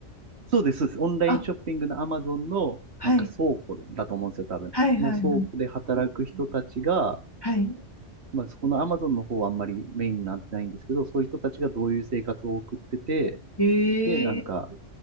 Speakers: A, on the right (about 60°); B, on the left (about 20°).
A: そうです、そうです。オンラインショッピングの
B: あ、
A: Amazon のなんか倉庫だと思うんですよ、
B: はい、
A: 多分。
B: はい、はい、
A: の倉庫で働く人たちが、
B: はい。は
A: まあそこの Amazon の方はあんまりメインになってないんですけど、そういう人たちがどういう生活を送ってて、
B: いえー、
A: で、なんか、